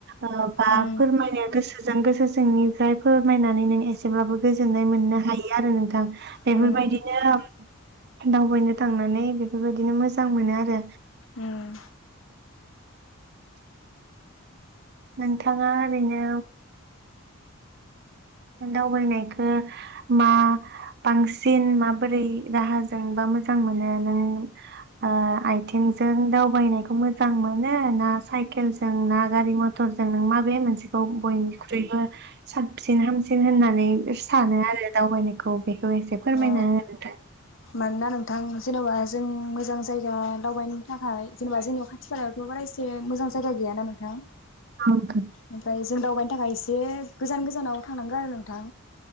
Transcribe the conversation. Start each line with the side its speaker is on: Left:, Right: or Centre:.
Right: ओ बा
Left: उम
Right: फोरमाय गोसो जों गोसो सिंनिफ्राय फोरमायनानै नों एसेब्लाबो गोजोननाय मोननो हायो आरो नोंथां। बेफोरबायदि
Left: उम
Right: <unintelligible> दावबायनो थांनानै बेफोरबायदिनो मोजां मोनो आरो‌
Left: उम
Right: नोंथाङा ओरैनो दावबायनायखौ मा बांसिन माबोरै राहाजोंबा मोजां मोनो नों ओ आयथिंजों दावबायनायखौ मोजां मोनो ना साइकेलजों ना गारि मथरजों नों माबे मोनसेखौ बयनिख्रुइबो साबसिन हामसि सिन होननानै सानो आरो दावबायनायखौ। बेखौ एसे फोरमायना
Left: अ
Right: हो नोंथां।
Left: मानोना नोंथां जेनेबा जों मोजां जायगा दावबायनो थाखाय जेनेबा जोंनियाव खाथि खालायावथ' बारा एसे मोजां जायगा गैयाना नोंथां।
Right: <inaudible>
Left: ओमफ्राय जों दावबायनो थाखाय एसे गोजान गोजानाव थांनांगौ आरो नोंथां।